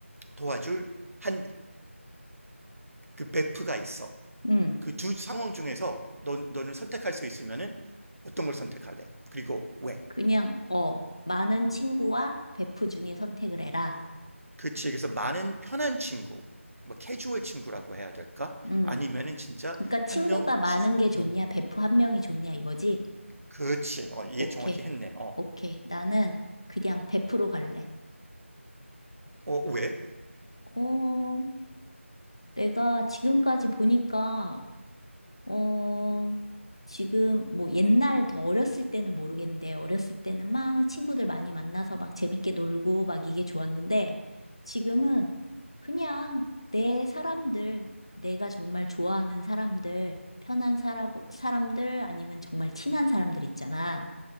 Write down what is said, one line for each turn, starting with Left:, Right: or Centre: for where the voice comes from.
Right: 도와줄 한 그 베프가 있어.
Left: 음.
Right: 그 두 상황 중에서 너, 너는 선택할 수 있으면은 어떤 걸 선택할래? 그리고 왜?
Left: 그냥 어, 많은 친구와 베프 중에 선택을 해라.
Right: 그치. 그래서 많은 편한 친구, 뭐 캐주얼 친구라고 해야 될까?
Left: 음.
Right: 아니면은 진짜
Left: 그러니까 친구가
Right: 한 명
Left: 많은
Right: 진,
Left: 게 좋냐,
Right: 뭐,
Left: 베프 한 명이 좋냐 이거지?
Right: 그치. 어, 이해
Left: 오케이,
Right: 정확히 했네. 어,
Left: 오케이. 나는 그냥 베프로 갈래.
Right: 어, 왜?
Left: 어, 내가 지금까지 보니까 어, 지금 뭐 옛날 더 어렸을 때는 모르겠는데 어렸을 때는 막 친구들 많이 만나서 막 재밌게 놀고 막 이게 좋았는데 지금은 그냥 내 사람들, 내가 정말 좋아하는 사람들, 편한 사라고, 사람들 아니면 정말 친한 사람들 있잖아.